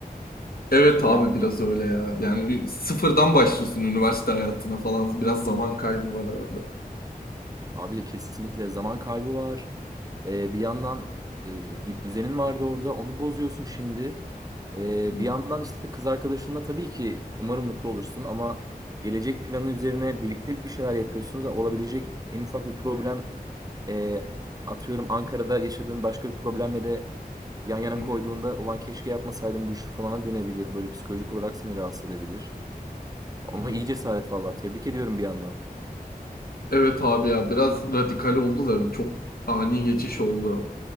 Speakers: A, on the left; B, on the right.
A: Evet abi
B: Yani
A: biraz öyle ya. Yani ü- sıfırdan başlıyorsun üniversite hayatına falan. Biraz zaman kaybı var arada.
B: Abi de kesinlikle zaman kaybı var. Ee, bir yandan e, bir düzenin vardı orada. Onu bozuyorsun şimdi. Ee,
A: Hı
B: bir yandan işte kız arkadaşınla tabii ki umarım mutlu olursun ama gelecek planı üzerine birlikte bir şeyler yapıyorsunuz. Olabilecek en ufak bir problem e, atıyorum Ankara'da yaşadığın başka bir problemle de yan yana
A: hı
B: koyduğunda olan keşke yapmasaydım bu işi falana dönebilir. Böyle psikolojik olarak seni rahatsız edebilir. Ama
A: hı.
B: iyi cesaret vallahi. Tebrik ediyorum bir yandan.
A: Evet abi ya biraz radikal oldu da çok ani geçiş oldu.